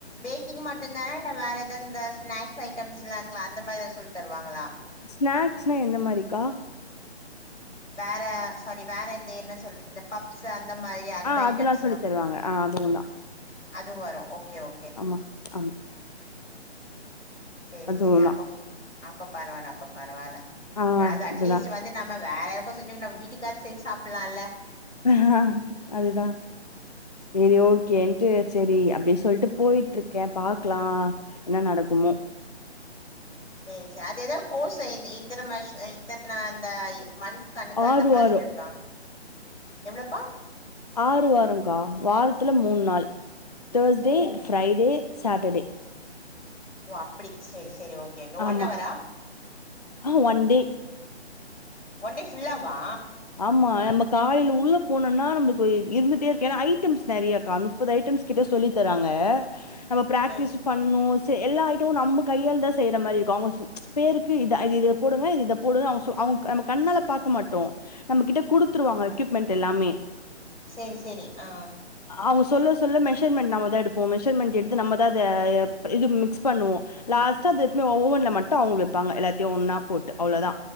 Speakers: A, on the left (about 80°); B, on the left (about 35°).
A: பேக்கிங் மட்டு தானா இல்ல வேற எதாவ்து இந்த ஸ்னாக்ஸ் ஐட்டம்ஸ்லா இருக்குல அந்த மாரி ஏதாவ்து சொல் தருவாங்ளா
B: ஸ்நாக்ஸ்னா எந்த மாரிக்கா
A: வேற சாரி வேற இந்த என்ன சொல்றது இந்த பப்ஸ் அந்த இந்தமாரி அந்த
B: ஆ
A: ஐட்டம்ஸ்லா
B: அதெல்லா சொல்லி தருவாங்க ஆ அதுவுந்தா
A: அது வரு ஓகே ஓகே
B: ஆமா ஆமா
A: சேரி
B: அதுவுந்தா
A: சேரி அப்பப் அப்ப பரவால்ல அப்ப பரவால்ல
B: ஆ
A: அது அட்லீஸ்ட்
B: இதுதா
A: வந்து நம்ம வேறயாருக்கோ செஞ்சு நம்வீட்டுக்காச்சு செஞ்சு சாப்புலால்ல
B: ஆ அதுதா செரி ஓகே கேன்ட்டு சரி அப்டி சொல்ட்டு போயிட்ருக்கே பாக்லா என்ன நடக்குமோ
A: <inaudible> ம் ச அது எதோ கோஸு இ இத்தன மஷ இத்தன அந்த இ மந்த் கணுக்கு அந்த
B: ஆறு
A: மாதிரி
B: வாரோ
A: இருக்கா எவ்ளப்பா
B: ஆறு வாரங்க்கா வாரத்துல மூண் நாள் தேர்ஸ்டே
A: ஓ
B: ஃப்ரைடே சாட்டர்டே
A: ஓ அப்டி செரி செரி ஓகே ஓகே
B: ஆமா
A: ஒன்அவரா
B: ஆ ஒன் டே
A: ஓன்டே ஃபுல்லாவா
B: ஆமா என் நம்பக் காலையில உள்ள போனனா நம்ளுக்கு இருந்துட்டே இருக்கு ஏன்னா ஐட்டம்ஸ் நெறையக்கா நுப்பது ஐட்டம்ஸ் கிட்ட சொல்லி தராங்க அ நம்ம பிராக்டிஸு
A: சேரி
B: பண்ணூ ச எல்லா ஐட்டமு நம்ப கையால் தா செய்யற மாரி இருக்கூ அவுங்க பேருக்கு இத இத போடுங்க இது இத போடுங்க அவுங்க சொ அவுங் நம்ம கண்ணால பாக்க மாட்டோ நம்ம கிட்ட குடுத்துருவாங்க எக்யூப்மெண்ட் எல்லாமே
A: சரி சரி ஆ
B: அவுங்க சொல்ல சொல்ல மெஷர்மெண்ட் நம்மதா எடுப்போ மெஷர்மெண்ட் எடுத்து நம்மதா அத இது மிக்ஸ் பண்ணுவோ லாஸ்ட்டா அது எத்னுபோய்‌ ஓவன்ல மட்டு அவுங்க வெப்பாங்க எல்லாத்தையு ஒன்னா போட்டு அவ்ளோதா